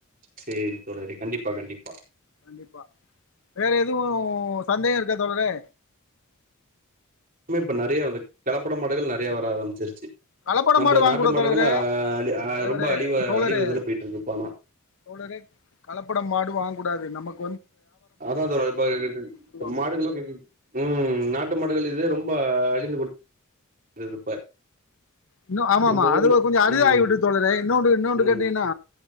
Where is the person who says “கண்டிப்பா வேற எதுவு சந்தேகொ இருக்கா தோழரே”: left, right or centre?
Left